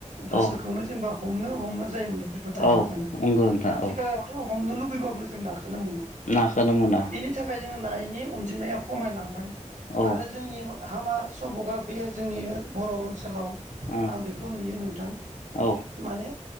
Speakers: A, on the right (about 70°); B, on the left (about 80°).
A: गोसोखौनो
B: औ
A: जेनेबा हमनो हमनो जायोमोन दुब्लि फोथोराव
B: औ
A: हाबबानो
B: नंगौ नोंथां
A: आथिखालावथ'
B: औ
A: हमनो लुगैबाबो जों नाखौनो मोना।
B: नाखोनो मोना।
A: बेनि थाखाय जोङो नायनि अनजिमाया खमायलांबाय
B: औ
A: आरो जोंनि मो हामा सबका बे जोंनि बर' ओनसोलाव
B: औ
A: आं बेखौ नुयो नोंथां
B: औ
A: माने